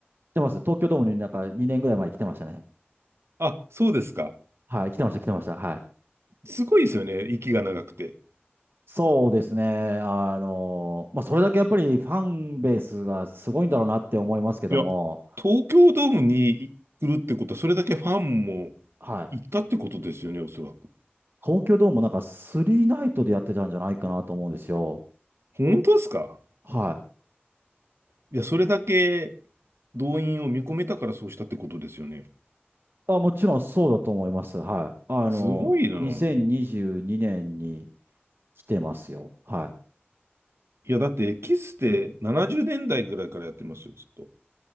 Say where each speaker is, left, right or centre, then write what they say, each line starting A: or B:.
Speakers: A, on the right; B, on the right.
A: 来てます。東京ドームになんか2年ぐらい前に来てましたね。
B: あ、そうですか。
A: はい、来てました、来てました。はい。
B: すごいですよね、息が長くて。
A: そうですね。あの、まあ、それだけやっぱりファンベースがすごいんだろうなって思いますけども、
B: いや、東京ドームに来るってことは、それだけファンも
A: はい。
B: 行ったってことですよね、おそらく。
A: 東京ドームなんかスリーナイトでやってたんじゃないかなと思うんですよ。
B: 本当ですか
A: はい。
B: いや、それだけ動員を見込めたからそうしたってことですよね。
A: あ、もちろんそうだと思います。はい。あの、
B: すごいな。
A: 2022年にじゅうにねんに来てますよ。はい。
B: いや、だって、キスって70年代ぐらいからやってますよ、ずっと。